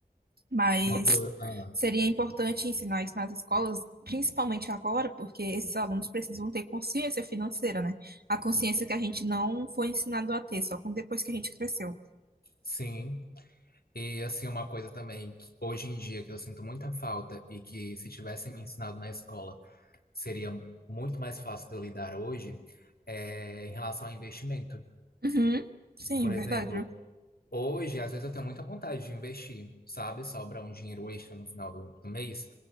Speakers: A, on the right; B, on the left.
A: Mas
B: Uma coisa, ah,
A: seria importante ensinar isso nas escolas, principalmente agora, porque esses alunos precisam ter consciência financeira, né? A consciência que a gente não foi ensinado a ter, só com depois que a gente cresceu.
B: sim. E assim, uma coisa também que hoje em dia que eu sinto muita falta e que se tivessem me ensinado na escola seria muito mais fácil de eu lidar hoje é em relação a investimento.
A: Uhum. Sim,
B: Por exemplo,
A: verdade.
B: Hoje, às vezes, eu tenho muita vontade de investir, sabe? Sobra um dinheiro extra no final do, do mês.